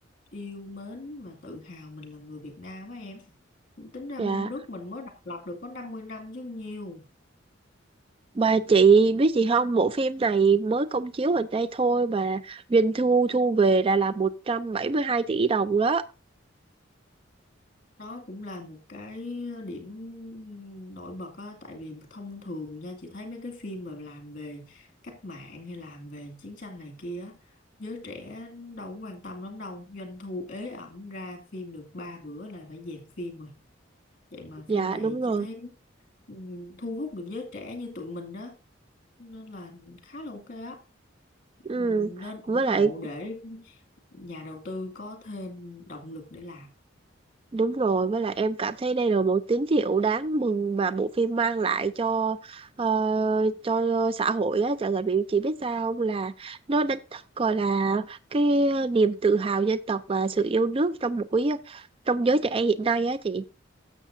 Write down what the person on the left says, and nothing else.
yêu mến và tự hào mình là người Việt Nam á em tính ra
nước mình mới độc lập được có 50 năm chứ nhiều
đó cũng là một cái điểm nổi bật á tại vì thông thường nha chị thấy mấy cái phim mà làm về cách mạng hay làm về chiến tranh này kia á giới trẻ đâu có quan tâm lắm đâu doanh thu ế ẩm ra phim được ba bữa là phải dẹp phim rồi vậy mà
phim này
chị
thấy ừ, thu hút được giới trẻ như tụi mình đó, nên là khá là ok á
Ừ, nên ủng
hộ
để nhà đầu tư có thêm động lực để làm